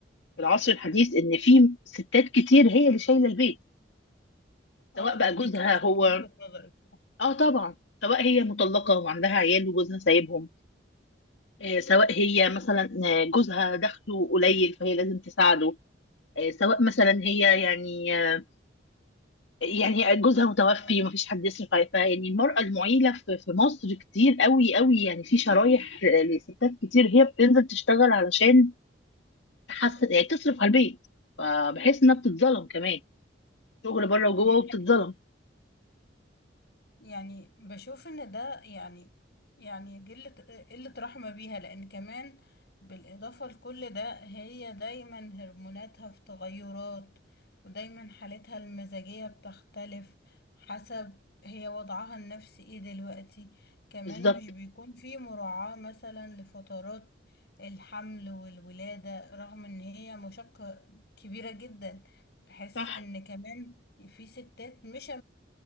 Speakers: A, on the left; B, on the left.
A: في العصر الحديث ان في ستات كتير هي اللي شايله البيت
B: اه
A: سواء
B: دي
A: بقى
B: دي
A: جوزها
B: كارثة
A: هو
B: من وجهة نظري
A: اه طبعا سواء هي مطلقه وعندها عيال وجوزها سايبهم آه، سواء هي مثلا آه، جوزها دخله قليل فهي لازم تساعده آه، سواء مثلا هي يعني آه، يعني جوزها متوفي ومفيش حد يصرف عليها فيعني المرأة المعيلة في في مصر كتير قوي قوي يعني في شرايح لستات كتير هي بتنزل تشتغل علشان تحسن يعني تصرف على البيت فبحس انها بتتظلم كمان شغل بره وجوه
B: دي
A: وبتتظلم
B: حقيقة يعني بشوف ان ده يعني يعني قلة قلة رحمة بيها لان كمان بالاضافة لكل ده هي دايما هرموناتها في تغيرات ودايما حالتها المزاجية بتختلف حسب هي وضعها النفسي ايه دلوقتي كمان
A: بالظبط
B: مش بيكون في مراعاة مثلا لفترات الحمل والولادة رغم ان هي مشقة كبيرة جدا بحس
A: صح
B: ان كمان في ستات مش